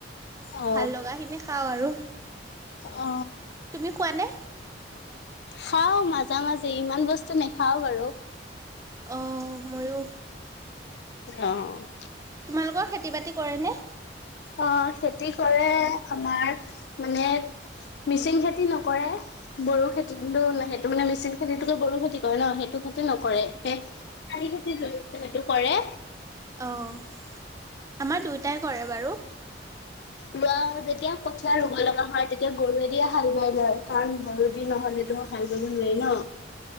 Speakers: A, on the left; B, on the right.
A: অ
B: ভাল লগাখিনি খাও আৰু
A: অ
B: তুমি খুৱানে।
A: খাও মাজে - মাজে ইমান বস্তু নেখাও বাৰু।
B: অহ ', মইয়ো।
A: অহ',
B: তোমালোকৰ খেতি বাতি কৰে নে।
A: অহ ', খেতি কৰে আমাৰ। মানে মিচিং খেতি নকৰে বড়ো খেতি সেইটো মানে মিচিং খেতিতকে বড়ো খেতি কৰে ন সেইটো খেতি নকৰে, সেই শাৰি খেতিৰ সেইটো কৰে।
B: অহ ', আমাৰ দুয়োটাই কৰে বাৰু।
A: ৰোৱাও যেতিয়া কঠিয়াই ৰুব লগা হয় তেতিয়া। গৰুৱ দিয়ে হাল বাই লয় কাৰণ ঘৰুদি নহ'লেতো হাল বাব নোৱাৰি ন।